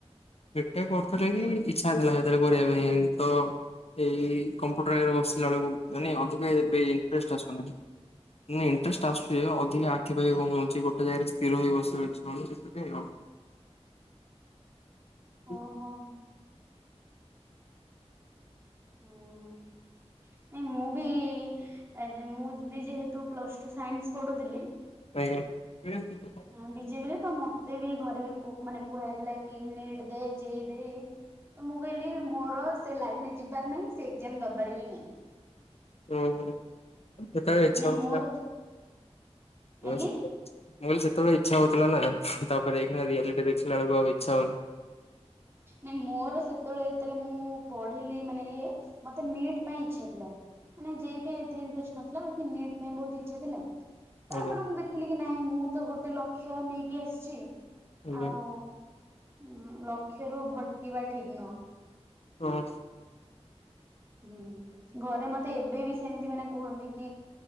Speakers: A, on the left (about 65°); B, on the right (about 20°).
A: ବିଟେକ୍ କରୁଥିଲେ କି ଇଚ୍ଛା ହେଇଥିଲା ସେଥିରେ କରିବା ପାଇଁ ତ ଏଇ କମ୍ପୁଟର ଆଗରେ ବସିଲା ବେଳକୁ ମାନେ ଅଧିକା ଏବେ ଇଣ୍ଟ୍ରେଷ୍ଟ ଆସୁନି। ନାଇଁ ଇଣ୍ଟ୍ରେଷ୍ଟ ଆସୁଛି। ଅଧିକା ଆଖି ପାଖି କଣ ହଉଛି ଗୋଟେ ଜାଗାରେ ସ୍ଥିର ହେଇ ବସି ରହି ସେଥିପାଇଁ ଆଉ। ହଁ
B: ଓହୋ ହୁଁ। ନାଇ ମୁଁ ବି, ଆଜ୍ ମୁଁ ବି ଯେହେତୁ ପ୍ଲସ୍ ଟୁ ସାଇନ୍ସ ପଢ଼ୁଥିଲି
A: ସେଥିପାଇଁ
B: ହଁ ବିଜେପି ରେ ତ ମତେ ବି ଘରେ ବି ମାନେ କୁହାଯାଇଥିଲା କି ନିଟ୍ ଦେ, ଯେଇ ଦେ ତ ମୁଁ କହିଲି ମୋର ସେ ଲାଇନ୍ ରେ ଯିବାର ନାହିଁ, ସେ ଏକ୍ଜାମ ଦବାର ବି ନାହିଁ।
A: ଓହୋ ସେତେବେଳେ
B: ହଁ
A: ଇଚ୍ଛା
B: ମାନେ
A: ହଉଥିଲା
B: ମୋର
A: ମୁଁ
B: ଆଜ୍ଞା
A: କହିଲି ସେତେବେଳେ ଇଚ୍ଛା ହଉଥିଲା ନା, ତାପରେ ଏଇ ଖିନା ରିଆଲିଟି ଦେଖିଲା ବେଳକୁ ଆଉ ଇଚ୍ଛା ହଉନି।
B: ନାଇଁ ମୋର ସେତେବେଳେ ଯେତେବେଳେ ମୁଁ ପଢିଲି ମାନେ ଇଏ ମତେ ନିଟ୍ ପାଇଁ ଇଚ୍ଛା ଥିଲା। ମାନେ ଯେଇ ପାଇଁ ଏତେ ଇଣ୍ଟ୍ରେଷ୍ଟ ନଥିଲା, ବାକି ନିଟ୍ ପାଇଁ ବୋହୁତ୍ ଇଚ୍ଛା ଥିଲା। ତାପରେ
A: ଆଜ୍ଞା
B: ମୁଁ ଦେଖିଲି କି ନାଇଁ ମୁଁ ତ ଗୋଟେ ଲକ୍ଷ୍ୟ ନେଇକି ଆସିଛି,
A: ଆଜ୍ଞା
B: ଆଉ ହଁ ଲକ୍ଷ୍ୟ ରୁ ଭଟ୍ କିବା ଠିକ୍ ନୁହଁ।
A: ହଁ।
B: ହୁଁ ଘରେ ମତେ ଏବେ ବି ସେମତି ମାନେ କୁହନ୍ତି କି